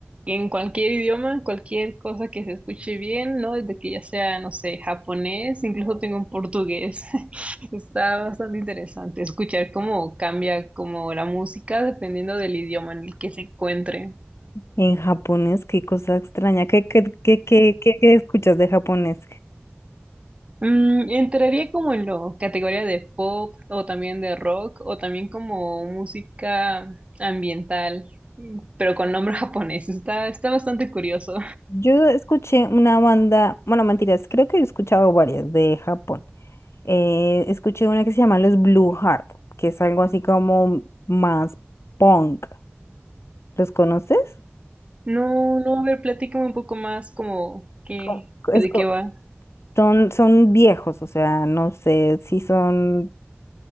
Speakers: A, on the right; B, on the left.
A: en cualquier idioma, cualquier cosa que se escuche bien, ¿no? Desde que ya sea, no sé, japonés, incluso tengo un portugués. <laughs> Está bastante interesante escuchar cómo cambia como la música dependiendo del idioma en el que se encuentre.
B: En japonés, qué cosa extraña. ¿Qué, qué, qué, qué, qué- qué escuchas de japonés?
A: Mm, entraría como en la categoría de pop o también de rock o también como música ambiental, mm, pero con nombre <laughs> japonés. Está, está bastante curioso.
B: Yo escuché una banda, bueno, mentiras, creo que he escuchado varias de Japón. Eh, escuché una que se llama Los Blue Heart, que es algo así como más punk. ¿Los conoces?
A: No, no, a ver, platícame un poco más como qué,
B: Co- es
A: de
B: co-
A: qué va.
B: son, son viejos, o sea, no sé si son,